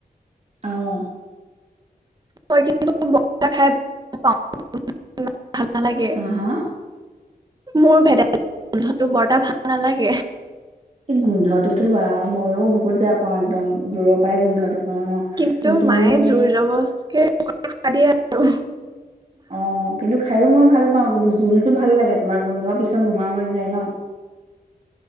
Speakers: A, on the right; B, on the right.
A: আহ।
B: হয়ই কিন্তু বৰা খাই ভাল পাওঁ। উম। ভাল নালাগে।
A: হা হা
B: মোৰ ভেদ বানন্ধতো বৰ্তটা ভাল নালাগে।
A: এই গোন্ধটোতো বা মইো বহুত বেয়া পাওঁ একদম দূৰৰ পৰাই গোন্ধটো। পাওঁ ন
B: কিন্তু মায়ে
A: মানে সেই
B: জোৰ জবসকে। পিয় আৰু
A: অ কিন্তু খাইো মই ভাল পাওঁ কিন্তু জোলতটো ভাল লাগে। তোমাৰ গোন্ধ পিছত নোহোৱা হৈ যায় ন।